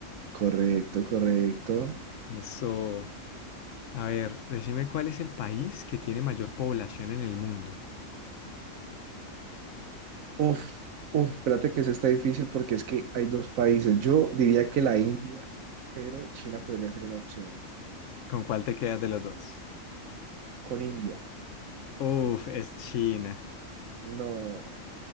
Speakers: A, on the right; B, on the left.
A: Correcto, correcto.
B: Eso. A ver, decime cuál es el país que tiene mayor población en el mundo.
A: Uf, uf, espérate que eso está difícil porque es que hay dos países. Yo diría que la India, pero China podría ser una opción.
B: ¿Con cuál te quedas de los dos?
A: Con India,
B: Uf, es China.
A: no.